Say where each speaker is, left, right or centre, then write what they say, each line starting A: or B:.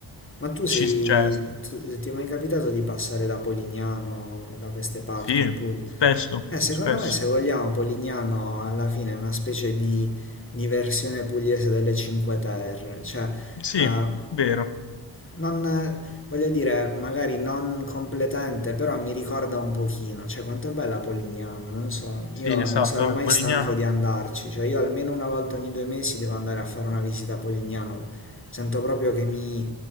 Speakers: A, on the left (about 25°); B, on the left (about 65°).
A: Ma tu sei,
B: ci, cioè,
A: tu- ti è mai capitato di passare da Polignano, da queste parti
B: sì,
A: in Puglia?
B: spesso,
A: Eh, secondo
B: spesso.
A: me se vogliamo Polignano alla fine è una specie di, di versione pugliese delle Cinque Terre, cioè
B: Sì,
A: eh,
B: vero.
A: non, voglio dire, magari non completamente, però mi ricorda un pochino, cioè quanto è bella Polignano, non so,
B: Sì,
A: io
B: esatto,
A: non sarò
B: vabbè,
A: mai
B: Polignano.
A: stanco di andarci, cioè io almeno una volta ogni due mesi devo andare a fare una visita a Polignano, sento proprio che mi,